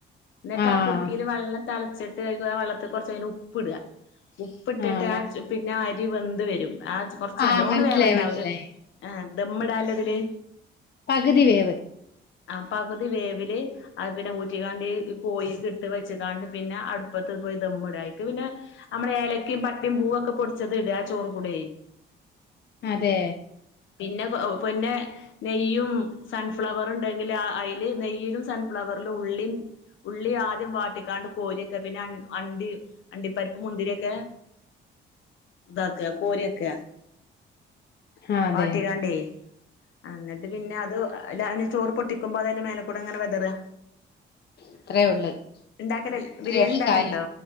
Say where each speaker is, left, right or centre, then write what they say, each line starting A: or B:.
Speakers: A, on the left; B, on the left.
A: ന്നട്ടാ
B: ആഹ്
A: കുട്ക്കീല് വള്ളം തൾച്ചിട്ട് അയ്ക്കാ ആ വള്ളത്ത്ക്ക് കൊർച്ചയ്ടഞ്ഞ്ട്ട് ഉപ്പിട ഉപ്പ്ട്ടിട്ട്
B: ആഹ് മനസ്
A: ആ പിന്നെ അരി വെന്ത് വെരും ആ കൊർച്ച്
B: ആഹ്
A: നല്ലോണം
B: മനസ്സിലായി
A: വേവണ്ട
B: മനസ്സിലായി
A: ഒരു ആഹ് ദമ്മിടാല്ലതില്
B: പകുതി വേവ്
A: ആഹ് പകുതി വേവില് അഹ്പിന്നെ ഊറ്റിക്കാണ്ട് കോയീക്ക്ട്ട് വെച്ച്ക്കാണ്ട് പിന്നെ അടു പ്പത്ത് പോയ് ദമ്മ്ട അയ്ക്ക് പിന്നെ ഞമ്മള ഏലക്കിം പട്ടിം പൂവൊക്കെ പൊട്ച്ചത് ഇട ആ ചോറ്ക്കൂടെയ്
B: അതെ
A: പിന്നെ കൊ പൊന്നെ നെയ്യും സൺഫ്ലവറ്ണ്ടെങ്കില് അയ്ല് നെയ്യിലും സൺഫ്ലവർലും ഉള്ളിം ഉള്ളി ആദ്യം വാട്ടിക്കാണ്ട് കോര്യക്ക പിന്നെ അണ്ടി അണ്ടിപ്പരിപ്പും മുന്തിര്യക്കെ താക്ക കോര്യക്ക
B: ആഹ് അതെ
A: വാട്ടികാണ്ടേ ആഹ് ന്ന പിന്നെ അത് ല ചോറ് പൊട്ടിക്കുബോ അത്അയിന്റെ മേലക്കൂടങ്ങനെ വെതറ
B: അത്രേ ഉള്ളു
A: ണ്ടാക്കലലെ
B: അത്രേ
A: ബിരിയാണിണ്ടാക്കൽണ്ടോ?
B: ഉള്ളു കാര്യം